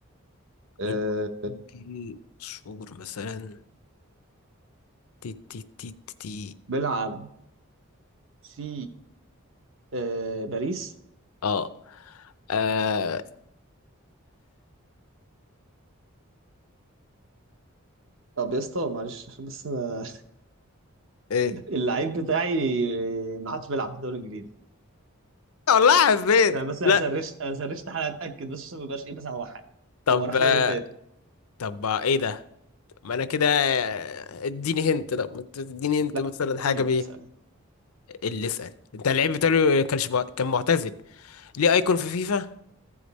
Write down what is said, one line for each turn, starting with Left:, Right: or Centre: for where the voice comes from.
Right: أه
Left: مين دي شهور مثلا تي تي تي تي تي.
Right: بلعب في أه باريس
Left: اه آه،
Right: طب يا اسطى معلش عشان بس انا
Left: ايه
Right: <laughs> اللعيب بتاعي آه، ما عادش بيلعب في الدوري الانجليزي
Left: والله حسيت
Right: فانا بس انا
Left: لا
Right: سرشت انا سرشت حاجه اتاكد بس عشان ما يبقاش ايه بس على واحد
Left: طب
Right: هو راح
Left: آه،
Right: دوري تاني
Left: طب آه، ايه ده ما انا كده اديني هنت لا ما انت تديني هنت
Right: لا
Left: مثلا حاجه
Right: كان
Left: بايه
Right: تسال
Left: اللي اسال انت اللعيب بتاعه كانش مع- كان معتزل ليه ايكون في فيفا